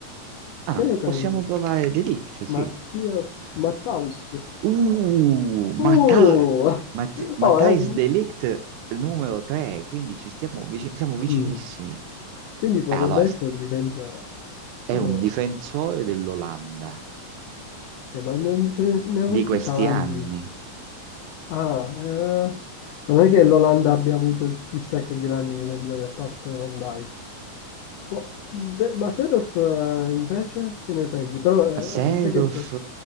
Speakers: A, on the right; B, on the left.
A: Ah,
B: che ne pensi?
A: possiamo provare De Ligt, sì.
B: Mattias, Matthaus De Ligt.
A: Uh, Matthijs
B: Uh! <laughs>
A: Matt Matthijs
B: Oh,
A: De Ligt numero 3, quindi ci stiamo vici- siamo vicinissimi.
B: Mm. Quindi potrebbe
A: Eh, allora,
B: essere un difensore.
A: è
B: Ah,
A: un difensore dell'Olanda
B: eh, ma non ce ne, ne ha
A: di
B: avuti
A: questi
B: tanti.
A: anni.
B: Ah, eh, non è che l'Olanda abbia avuto chissà che grandi difensori a parte Van Dijk. Boh, De- ma Seedorf eh, invece che ne pensi? Però eh,
A: Seedorf,
B: mi sa che gio-